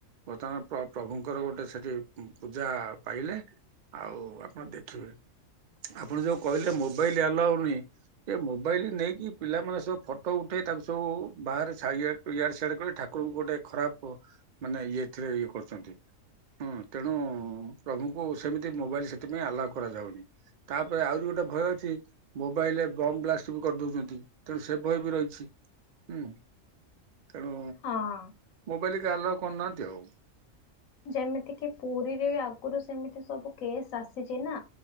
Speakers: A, on the right; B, on the left.
A: ବର୍ତ୍ତମାନ ପ୍ରଭୁଙ୍କର ଗୋଟେ ସେଠି ପୂଜା ପାଇଲେ। ଆଉ ଆପଣ ଦେଖିବେ ଆପଣ ଯୋଉ କହିଲେ ମୋବାଇଲ ଆଲାଉ ନାହିଁ ଏ ମୋବାଇଲ ନେଇକି ପିଲାମାନେ ସବୁ ଫଟୋ ଉଠେଇ ତାକୁ ସବୁ ବାହାରେ ଇଆଡେ ସିଆଡେ କଲେ ଠାକୁରଙ୍କୁ ଗୋଟେ ଖରାପ ମାନେ ଇଏଥିରେ ଇଏ କରୁଛନ୍ତି ହୁଁ ତେଣୁ ପ୍ରଭୁଙ୍କୁ ସେମିତି ମୋବାଇଲ ସେଥି ପାଇଁ ଆଲାଓ କରାଯାଉନି। ତାପରେ ଆହୁରି ଗୋଟେ ଭୟ ଅଛି ମୋବାଇଲରେ ବମ୍ ବ୍ଲାଷ୍ଟ ବି କରିଦଉଛନ୍ତି। ତେଣୁ ସେ ବହି ବି ରହିଛି ହୁଁ। ତେଣୁ
B: ହଁ
A: ମୁଁ କହିଲି ଆଲାଉ କରୁ ନାହାନ୍ତି ଆଉ।
B: ଯେମିତିକ ପୁରୀରେ ଆଗରୁ ସେମିତି ସବୁ କେସ୍ ଆସିଛି ନା